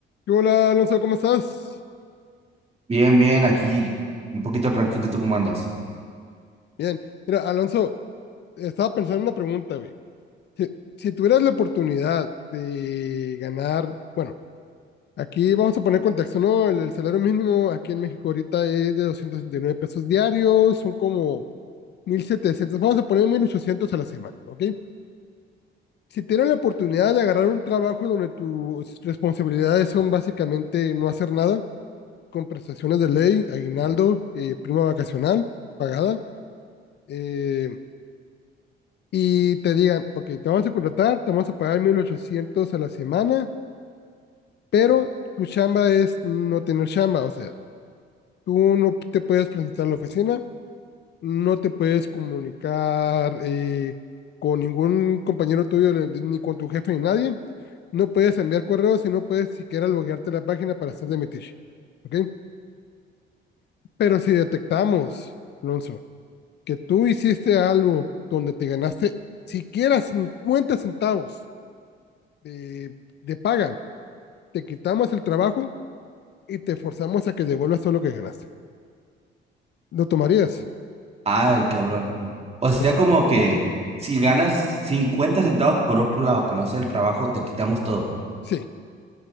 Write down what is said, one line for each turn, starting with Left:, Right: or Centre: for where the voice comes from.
Left: ¿Qué Hola, Alonso, ¿cómo estás?
Right: Bien, bien, aquí un poquito tranquilo, ¿tú cómo andas?
Left: Bien. Mira, Alonso, estaba pensando en una pregunta, güey. Si, si tuvieras la oportunidad de ganar, bueno, aquí vamos a poner contexto, ¿no? El, el salario mínimo aquí en México ahorita es de 269 pesos diarios, son como 1.700. vamos a poner 1.800 a la semana, ¿ok? Si tuvieras la oportunidad de agarrar un trabajo donde tus responsabilidades son básicamente no hacer nada, con prestaciones de ley, aguinaldo, eh, prima vacacional pagada, eh, y te digan, ok, te vamos a contratar, te vamos a pagar 1800 a la semana, pero tu chamba es no tener chamba, o sea, tú no te puedes presentar a la oficina, no te puedes comunicar eh, con ningún compañero tuyo, ni ni con tu jefe, ni nadie, no puedes enviar correos y no puedes siquiera loguearte a la página para hacer de metiche, ¿ok? Pero si detectamos, Alonso, que tú hiciste algo donde te ganaste siquiera 50 centavos, de, de paga, te quitamos el trabajo y te forzamos a que devuelvas todo lo que ganaste. ¿Lo tomarías?
Right: Ay, cabrón. O sea,
Left: O sea,
Right: como que si ganas 50 centavos por otro lado, que no sea el trabajo, te quitamos todo.
Left: sí,